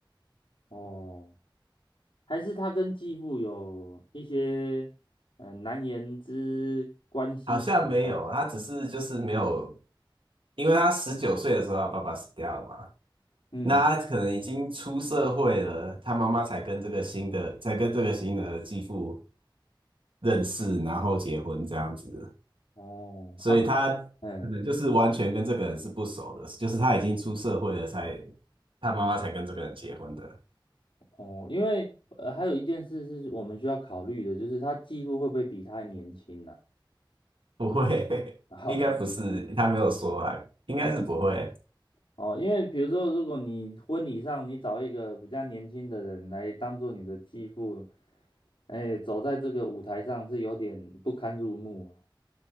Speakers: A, on the left; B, on the right.
A: 哦。还是他跟继父有一些嗯、呃难言之关系存在？
B: 好像没有，他只是就是没有，因为他十九岁的时候，他爸爸死掉了嘛。
A: 嗯，
B: 那他可能已经出社会了，他妈妈才跟这个新的，才跟这个新的继父。认识，然后结婚这样子，
A: 哦，
B: 所以他
A: 啊，不过，嗯，
B: 可能就是完全跟这个人是不熟的，就是他已经出社会了才，他妈妈才跟这个人结婚的，
A: 哦，因为呃，还有一件事是我们需要考虑的，就是他继父会不会比他还年轻呢、
B: 不会，
A: <laughs>
B: <laughs>
A: 哦
B: 应该不是，他没有说啊，应该是不会。
A: 哦，因为比如说，如果你婚礼上你找一个比较年轻的人来当做你的继父，哎，走在这个舞台上是有点不堪入目啊。